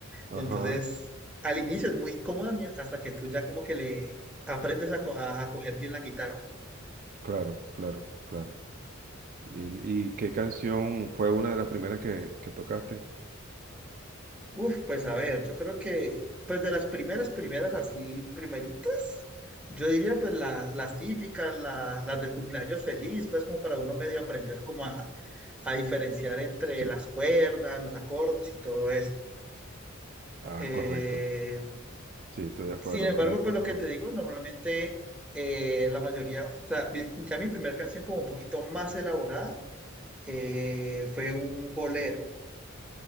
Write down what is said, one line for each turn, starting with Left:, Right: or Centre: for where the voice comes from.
Right: ajá,
Centre: Entonces, al inicio es muy incómoda mi- hasta que tú ya como que le aprendes a, co- a- a coger bien la guitarra.
Right: claro, claro, claro. ¿Y, y qué canción fue una de las primeras que, que tocaste?
Centre: Uf, pues a ver, yo creo que pues de las primeras, primeras así, primeritas, yo diría pues la- las típicas, la- las del cumpleaños feliz, pues como para uno medio aprender como a, a diferenciar entre
Right: Sí.
Centre: las cuerdas, los acordes y todo esto.
Right: Ah,
Centre: Eh,
Right: correcto. Sí, estoy de acuerdo.
Centre: sin embargo,
Right: A mí me
Centre: pues
Right: pasó.
Centre: lo que
Right: lo-
Centre: te
Right: mismo.
Centre: digo, normalmente eh, la mayoría, o sea, mi- ya mi primera canción como un poquito más elaborada eh, fue un bolero.